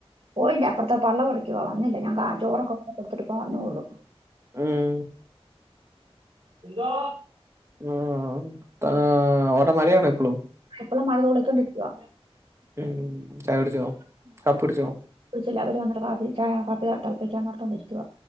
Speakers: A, on the right; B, on the right.
A: പോയില്ല അപ്പറത്തെ പള്ള പൊടിക്ക പോവാ വന്നില്ല ഞാ ചോറൊക്കെ ഒെ കൊടുട്ട് വന്നോള്ളു
B: ഉം
A: എന്തോ
B: ആ ആ അവിടെ മരയാാണ് എപ്പളും
A: എപ്പോളും മഴത്ൊളിക്കൊണ്ടിരിക്കുവ
B: ഉം ചായ പിടിച്ചോ കപ്പ് പിടിച്ചോ
A: ച അവർ വന്നിട്ട കാ കാപ്പിക തൽപപ്പിക്കാൻ നടർത്തുകൊണ്ടരിക്കുക